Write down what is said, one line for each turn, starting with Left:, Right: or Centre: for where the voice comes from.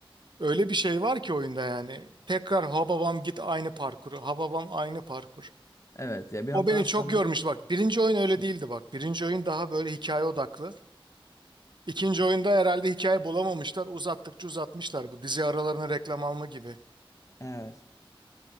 Right: öyle bir şey var ki oyunda yani tekrar hababam git aynı parkuru hababam aynı parkur.
Left: Evet ya bir noktadan
Right: O beni
Left: sonra
Right: çok yormuştu bak. Birinci oyun öyle
Left: Hı.
Right: değildi bak. Birinci oyun daha böyle hikaye odaklı. İkinci oyunda herhalde hikaye bulamamışlar. Uzattıkça uzatmışlar. Bu dizi aralarına reklam alma gibi.
Left: evet.